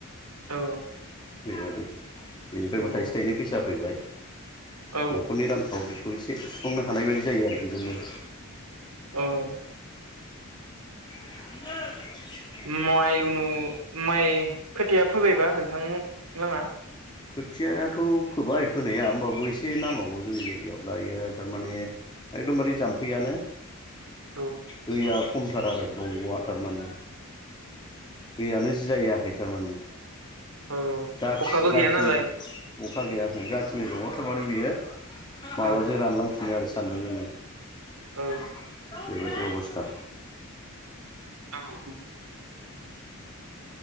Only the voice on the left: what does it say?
बेबादि बेनिफ्रायबो
थाइसे थाइनै फैसा फैबाय
न'खरनि रां खावरिखौ एसे सुफुंनो हानाय बायदि जायो आरो बेजोंबो।
<unintelligible>
खोथियाथ' फोबाय फोनाया ओमबाबो एसे नांबावगौ जोंनि जायगायाव दायो थारमाने एकदमबारे जाम्फैयानो
दैया खमथार आरो दंग'आ थारमाने। दैयानो जि जारायाखै थारमाने
जाख
जाखिनि
अखा गैया होन जाखिनि दङ थारमाने बियो माबाजों
रानलांफिनो आरो सान्दुं जोंनो।
बेबायदि अबस्था।